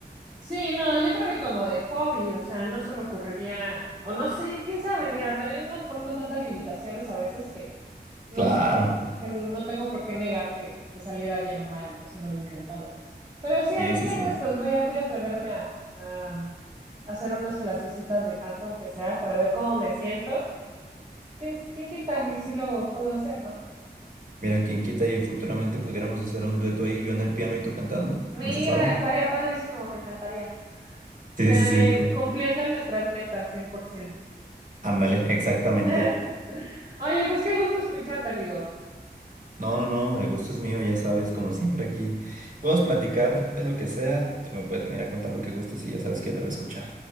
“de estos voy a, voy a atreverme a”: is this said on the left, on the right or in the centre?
Right